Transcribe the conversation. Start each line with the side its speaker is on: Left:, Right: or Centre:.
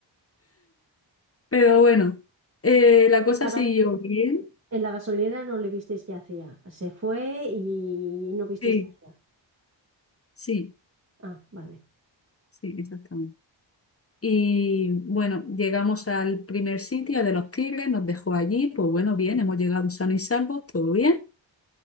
Left: Pero bueno, eh,
Right: Mm.
Left: la cosa
Right: En la, ga-
Left: siguió bien.
Right: en la gasolinera no le visteis qué hacía. Se fue y no visteis
Left: Sí,
Right: qué hacía.
Left: sí,
Right: Ah, vale.
Left: sí, exactamente. Y bueno, llegamos al primer sitio de los Tigres, nos dejó allí, pues bueno, bien, hemos llegado sanos y salvos, todo bien.